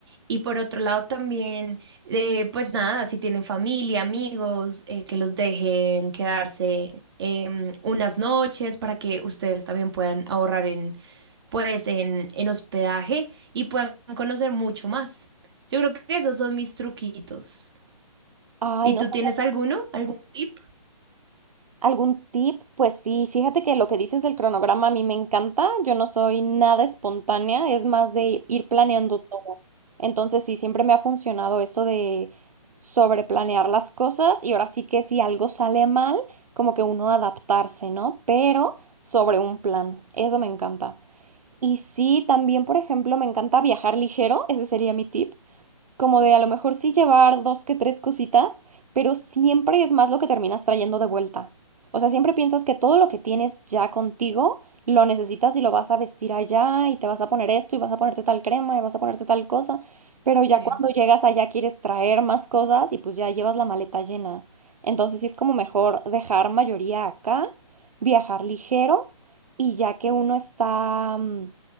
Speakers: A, on the right; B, on the right.
A: y por otro lado también, eh, pues nada, si tienen familia, amigos, eh, que los dejen quedarse em, unas noches para que ustedes también puedan ahorrar en, pues, en, en hospedaje y puedan conocer mucho más. Yo creo que esos son mis truquitos.
B: Ay,
A: ¿Y
B: no
A: tú tienes alguno? ¿Algún tip?
B: ¿Algún tip? Pues sí, fíjate que lo que dices del cronograma a mí me encanta. Yo no soy nada espontánea, es más de ir planeando todo. Entonces sí, siempre me ha funcionado eso de sobreplanear las cosas y ahora sí que si algo sale mal, como que uno adaptarse, ¿no? Pero sobre un plan, eso me encanta. Y sí, también, por ejemplo, me encanta viajar ligero, ese sería mi tip como de a lo mejor sí llevar dos que tres cositas, pero siempre es más lo que terminas trayendo de vuelta. O sea, siempre piensas que todo lo que tienes ya contigo lo necesitas y lo vas a vestir allá y te vas a poner esto y vas a ponerte tal crema y vas a ponerte tal cosa, pero ya
A: Sí.
B: cuando llegas allá quieres traer más cosas y pues ya llevas la maleta llena. Entonces sí es como mejor dejar mayoría acá, viajar ligero y ya que uno está... mm,